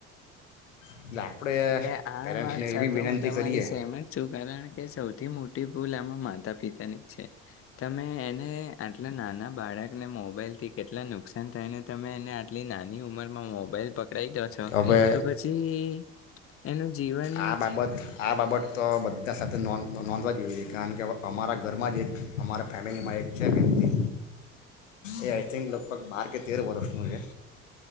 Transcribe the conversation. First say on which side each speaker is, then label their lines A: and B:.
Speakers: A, on the left (about 80°); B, on the left (about 35°).
A: એટલે આપણે
B: એટલે આ
A: પેરેન્ટ્સને
B: વાત સાચ
A: એવી વિનંતી
B: હું તમારી
A: કરીએ
B: સહેમત છું. કારણ કે સૌથી મોટી ભૂલ આમાં માતા પિતાની જ છે. તમે એને આટલા નાના બાળકને મોબાઈલ થી કેટલા નુકસાન થાયને તમે એને આટલી નાની ઉંમરમાં મોબાઈલ પ પકડાઈ દો છો
A: કે હવે
B: તો પછી એનું જીવન
A: આ બાબત આ બાબત તો બધા સાથે નોધ નોંધવા જેવી કારણ કે હવે અમારા ઘરમાં જ એક અમારા ફેમિલીમાં એક છે વ્યક્તિ, એ આઈ થિંક લગભગ બાર કે તેર વર્ષનું છે.